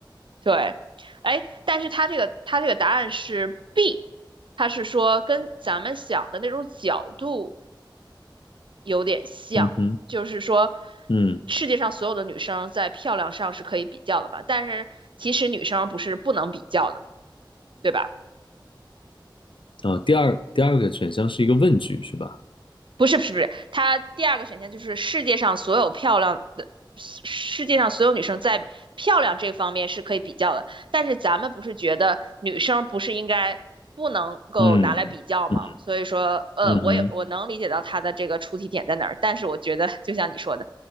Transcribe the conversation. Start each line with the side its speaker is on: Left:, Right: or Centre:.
Right: 对，哎，但是他这个他这个答案是 B，他是说跟咱们想的那种角度。有点像，
Left: 嗯哼，
Right: 就是说，
Left: 嗯，
Right: 世界上所有的女生在漂亮上是可以比较的嘛，但是其实女生不是不能比较的嘛，对吧？
Left: 哦，第二第二个选项是一个问句是吧？
Right: 不是不是不是，它第二个选项就是世界上所有漂亮的，世世界上所有女生在漂亮这方面是可以比较的，但是咱们不是觉得女生不是应该不能够拿来比较吗？
Left: 嗯嗯
Right: 所以说，呃，
Left: 嗯哼，
Right: 我也我能理解到他的这个出题点在哪儿，但是我觉得就像你说的，